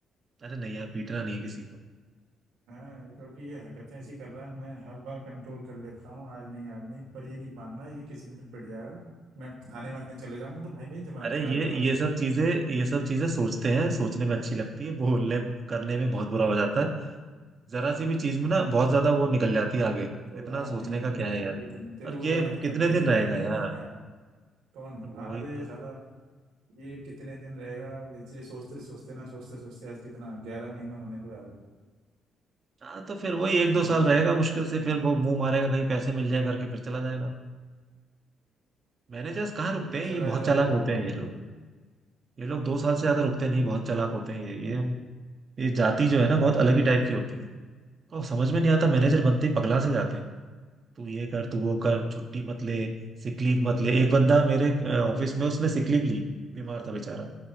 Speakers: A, on the right (about 45°); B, on the right (about 90°).
A: अरे नहीं यार पीटना नहीं है किसी को
B: हाँ ये- क्योंकि ये हरकतें ऐसी कर रहा है मैं हर बार कंट्रोल कर लेता हूँ आज नहीं आज नहीं पर ये नहीं मानना ये किसी दिन पिट जाएगा मैं थाने वाने चले जाऊँ ना तो भाई मेरी जमानत
A: अरे
B: करा
A: ये
B: लियो आके
A: ये सब चीजें ये सब चीजें सोचते हैं सोचने में अच्छी लगती है बोलने करने में बहुत बुरा हो जाता है जरा सी भी चीज में ना बहुत ज्यादा वो निकल जाती है आगे
B: तो
A: इतना
B: यार नहीं
A: सोचने का
B: किया
A: क्या
B: है
A: है
B: तभी
A: यार
B: तो नहीं तेरे
A: और
B: को
A: ये
B: क्या लगता
A: कितने
B: है पहली
A: दिन रहेगा
B: बार मेरे
A: यार
B: मन में आया कौन
A: वही
B: हाँ अरे
A: तो
B: साला ये कितने दिन रहेगा ऐसे सोचते सोचते ना सोचते सोचते आज कितना ग्यारह महीना होने को आ गया
A: हाँ तो फिर वही एक
B: इसको
A: दो साल
B: मैं
A: रहेगा मुश्किल से फिर वो मुंह मारेगा कहीं पैसे मिल जाए करके फिर चला जाएगा मैनेजर्स कहाँ रुकते
B: ये
A: हैं
B: चला
A: ये बहुत
B: जाए
A: चालाक
B: तो बहुत
A: होते हैं ये
B: बढ़िया
A: लोग ये लोग दो साल से ज्यादा रुकते नहीं बहुत चालाक होते हैं ये ये ये जाति जो है ना बहुत अलग ही टाइप की होती है तो समझ में नहीं आता मैनेजर बनते ही पगला से जाते हैं तू ये कर तू वो कर छुट्टी मत ले सिक लीव मत ले एक बंदा मेरे ऑफिस में उसने सिक लीव ली बीमार था बेचारा